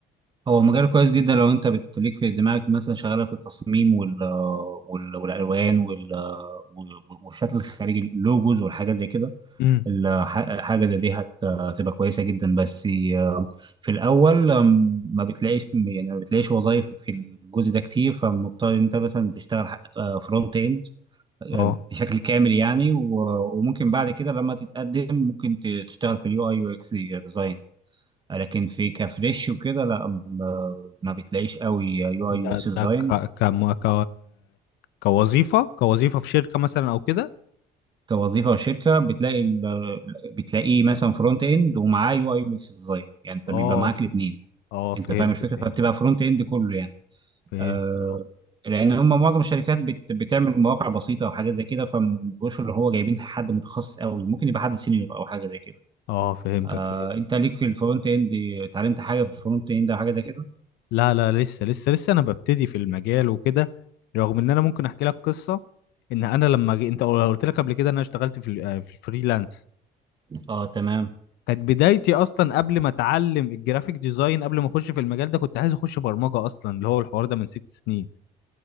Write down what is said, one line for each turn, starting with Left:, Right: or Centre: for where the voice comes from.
Right: هو مجال كويس جدا لو انت بتليك في دماغك مثلا شغاله في التصميم وال... آه، وال... والالوان وال... آه، وال- والشكل الخارجي اللوجوز والحاجات زي كده
Left: امم
Right: الح- حاجة زي دي هت- هتبقى كويسة جدا بس آه، في الأول آم، ما بتلاقيش يعني ما بتلاقيش وظايف في الجزء ده كتير فمضطر أنت مثلا تشتغل فرونت إند
Left: اه
Right: بشكل كامل يعني و- وممكن بعد كده لما تتقدم ممكن ت- تشتغل في اليو أي يو إكس ديزاين لكن في كفريش وكده لا ما ما بتلاقيش قوي يو أي يو
Left: ده
Right: إكس ديزاين
Left: ده ك... كم... ك... كوظيفة كوظيفة في شركة مثلا او كده
Right: كوظيفة وشركة بتلاقي ال- بتلاقيه مثلا فرونت إند ومعاه يو أي يو إكس ديزاين يعني أنت
Left: اه
Right: بيبقى معاك الاتنين
Left: اه فهمت
Right: انت فاهم الفكره
Left: فهمت
Right: فبتبقى فرونت اند كله يعني
Left: فهمت
Right: آه
Left: اه
Right: لان هم معظم الشركات بت بتعمل مواقع بسيطه وحاجات زي كده فما بيبقوش اللي هو جايبين حد متخصص قوي ممكن يبقى حد سينيور او حاجه زي كده
Left: اه فهمتك
Right: آه
Left: فهمت
Right: انت ليك في الفرونت اند اتعلمت حاجه في الفرونت اند او حاجه زي كده
Left: لا لا لسه لسه لسه انا ببتدي في المجال وكده رغم ان انا ممكن احكي لك قصة ان انا لما جي... انت قلت لك قبل كده إن انا اشتغلت في ال- آه، في الفريلانس
Right: اه تمام
Left: كانت بدايتي اصلا قبل ما اتعلم الجرافيك ديزاين قبل ما اخش في المجال ده كنت عايز اخش برمجه اصلا اللي هو الحوار ده من ست سنين